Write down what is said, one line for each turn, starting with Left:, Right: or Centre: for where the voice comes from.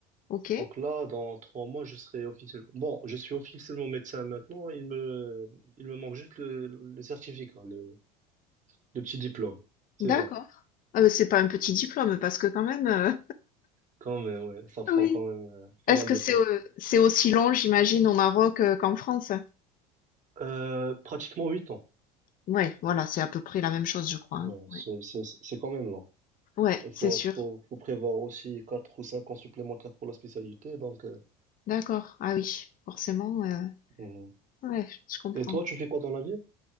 Left: OK.
Right: Donc là, dans trois mois, je serai officiellement... Bon, je suis officiellement médecin maintenant. Il me, il me manque juste le, le certificat, hein, le, le petit diplôme. C'est
Left: D'accord.
Right: ça.
Left: Ah bah c'est pas un petit diplôme parce que quand même euh,
Right: Quand même, ouais. Ça prend
Left: <laughs> oui.
Right: quand même euh, pas
Left: Est-ce
Right: mal
Left: que
Right: de
Left: c'est
Right: temps.
Left: au- c'est aussi long, j'imagine, au Maroc euh, qu'en France?
Right: Euh, pratiquement huit ans.
Left: Ouais, voilà, c'est à peu près la même chose, je crois.
Right: Ouais,
Left: hein.
Right: c'est,
Left: Ouais,
Right: c'est, c'est quand même long.
Left: ouais,
Right: Il
Left: c'est
Right: faut,
Left: sûr.
Right: faut, faut prévoir aussi quatre ou cinq ans supplémentaires pour la spécialité. Donc, euh,
Left: D'accord. Ah oui, forcément. euh,
Right: mhm.
Left: Ouais, je comprends.
Right: Et toi, tu fais quoi dans la vie?